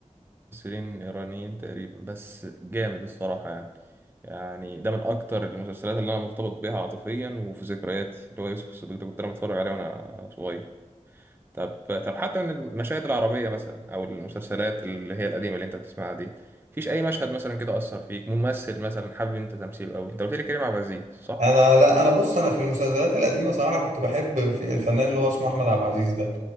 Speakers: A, on the right; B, on the right.
A: ممثلين إيرانيين تقريبا بس جامد الصراحة يعني يعني ده من أكتر المسلسلات اللي أنا مرتبط بيها عاطفيا وفي ذكرياتي اللي هو يوسف الصديق ده كنت أنا بتفرج عليه وأنا صغير طب طب حتى من المشاهد العربية مثلا أو المسلسلات اللي هي القديمة اللي أنت بتسمعها دي مفيش أي مشهد مثلا كده أثر فيك ممثل مثلا حابب أنت تمثيله أوي أنت قلت لي كريم عبد العزيز صح؟
B: انا لا انا بص انا في المسلسلات القديمه صراحه كنت بحب في الفنان اللي هو اسمه احمد عبد العزيز ده